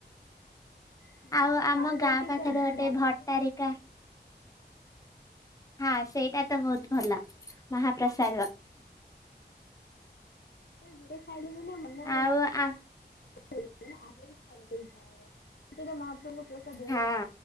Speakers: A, on the left; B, on the left.
A: ହୁଁ
B: ଆଉ ଆମ
A: ଖାସ କରିକି
B: ଗାଁ ପାଖରେ
A: ସେ ଅଭଡା
B: ଗୋଟେ ଭଟ୍ଟାରିକା।
A: ମହାପ୍ରଭୁ
B: ହଁ ସେଇଟା ତ ବହୁତ ଭଲ ମହାପ୍ରସାଦ
A: ଯୋଟ ଖାଇଲେ ବି ନା ମନ
B: ଆଉ ଆ
A: ଆହୁରି ଖାଇବାକୁଇଥାହବ ସେଟ ମହାପ୍ରଭୁ ବହୁତ ପସନ୍ଦ
B: ହଁ